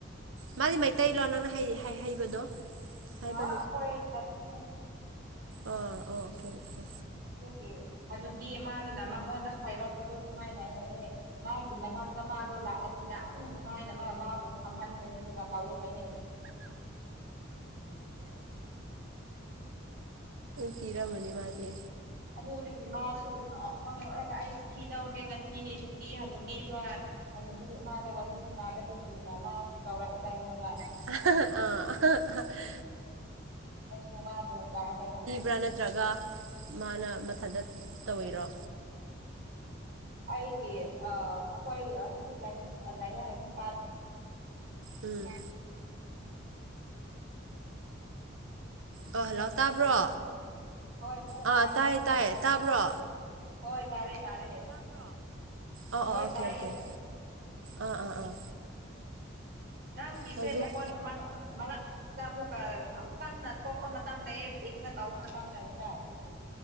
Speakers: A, on the right; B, on the right.
A: ꯃꯥꯗꯤ ꯃꯩꯇꯩ ꯂꯣ ꯅꯪꯅ ꯍꯩ ꯍꯩ ꯍꯩꯕꯗꯣ ꯍꯥꯏꯕ
B: ꯍꯥꯥ ꯑꯈꯣꯏ ꯖꯥꯇꯤꯅꯦ
A: ꯑꯥ ꯑꯣ ꯑꯣꯈꯦ ꯑꯣꯈꯦ
B: ꯑꯗꯨꯒꯤ ꯍꯥꯅꯨꯕꯤ ꯃꯥꯗꯨꯅ ꯃꯉꯣꯟꯗ ꯍꯥꯏꯔꯛꯄꯗꯣ ꯁꯨꯃꯥꯏꯅ ꯍꯥꯏꯦ ꯃꯥꯕꯨ ꯃꯅꯥꯛ ꯇꯥ ꯃꯥꯗꯣ ꯂꯥꯛꯑꯗꯤ ꯌꯥꯝꯅ ꯅꯨꯡꯉꯥꯏꯅ ꯃꯥ ꯃꯥꯕꯨ ꯐꯝꯍꯟꯒꯅꯤꯕ ꯀꯥꯎꯏ ꯍꯣꯏꯅꯤ
A: ꯀꯤꯔꯝꯃꯅꯤ ꯃꯥꯗꯤ
B: ꯑꯗꯨꯗꯒꯤ ꯃꯥꯁꯨ ꯅꯣꯛ ꯅ ꯅꯣꯛꯑꯒ ꯑꯩ ꯀꯤꯗꯧꯔꯦ ꯉꯁꯤꯅꯤ ꯅꯨꯄꯤ ꯍꯅꯨꯕꯤ ꯈꯔ ꯍꯥꯅꯨꯕꯤ ꯃꯥꯗꯥ ꯋꯥꯔꯤ ꯁꯅꯥꯕꯗꯒꯤꯅ ꯃꯥꯁꯨ ꯇꯧꯔꯛꯑꯦꯕ ꯑꯩꯉꯣꯟꯗ
A: ꯑ
B: ꯑꯩꯁꯨ ꯃꯥꯕꯨ ꯇꯥꯔꯦ ꯍꯥꯏꯕꯥ ꯌꯥꯝꯅꯥ
A: ꯔꯥ ꯅꯥꯠꯇꯔꯒꯥ ꯃꯅꯥ ꯃꯊꯟꯗ ꯇꯧꯏꯔꯣ
B: ꯑꯩꯒꯤ ꯑꯩꯈꯣꯏ ꯍꯧꯖꯤꯛ ꯂꯩꯌꯦ ꯍꯥꯏꯕ ꯅꯨꯄꯥ
A: ꯎꯝ ꯑꯣ ꯍꯜꯂꯣ ꯇꯥꯕ꯭ꯔꯣ
B: ꯍꯣꯏ ꯑꯃꯨꯛꯀꯥ
A: ꯑꯥ
B: ꯇꯥꯔꯦ
A: ꯇꯥꯏꯌꯦ
B: ꯑꯃꯨꯛꯀꯥ
A: ꯇꯥꯏꯌꯦ
B: ꯇꯥ
A: ꯇꯥꯕ꯭ꯔꯣ
B: ꯍꯣꯏ ꯇꯥꯔꯦ ꯇꯥꯔꯦ
A: ꯑ
B: ꯍꯣꯏ
A: ꯑ ꯑ
B: ꯇꯥꯏꯌꯦ
A: ꯀꯩ ꯀꯩ ꯑꯥ ꯑꯥ ꯑꯥ
B: ꯅꯪꯒꯤꯁꯦ
A: ꯍꯧꯖꯤꯛ
B: ꯃꯈꯣꯟ ꯃꯔꯛꯇ ꯑꯃꯨꯛꯀ ꯌꯥꯝ ꯀꯟꯅ ꯊꯣꯛꯄ ꯃꯇꯝ ꯂꯩꯌꯦ ꯄꯤꯛꯅ ꯇꯧꯕ ꯃꯇꯥꯡ ꯂꯩꯌꯦꯕꯥ ꯑꯗꯨꯒꯤ